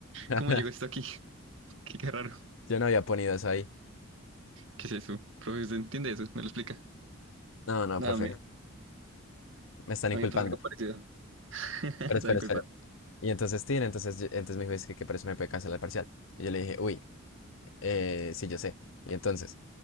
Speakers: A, on the left (about 65°); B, on the right (about 60°).
A: <laughs>
B: cómo llegó esto aquí. Qué, qué raro.
A: yo no había ponido eso ahí.
B: ¿Qué es eso? Profe, ¿usted entiende eso? ¿Me lo explica?
A: No, no,
B: No,
A: profe,
B: a mí,
A: me están inculpando.
B: a mí me pasó algo parecido. <laughs>
A: Pero
B: Están
A: espera,
B: inculpando.
A: espera. Y entonces, tin, entonces, yo- entonces me dijo, es que, que por eso me puede cancelar el parcial. Y yo le dije, uy, eh, sí, yo sé. Y entonces...